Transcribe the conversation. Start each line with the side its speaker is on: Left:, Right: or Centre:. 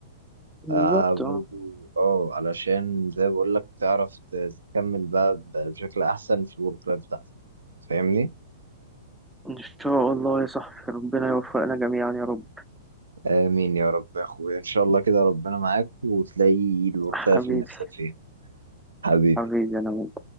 Right: آه
Centre: بالظبط
Right: برضو
Centre: اه
Right: اه علشان زي ما بقولك تعرف ت- تكمل بقى ب- بشكل أحسن في الورك لايف بتاعتك فاهمني
Centre: ان شاء الله يا صاحبي ربنا يوفقنا جميعا يا رب
Right: آمين يا رب يا أخويا إن شاء الله كده ربنا معاك وتلاقي الورك
Centre: حبيبي
Right: لايف اللي نفسك فيه حبيبي
Centre: حبيبي انا وانت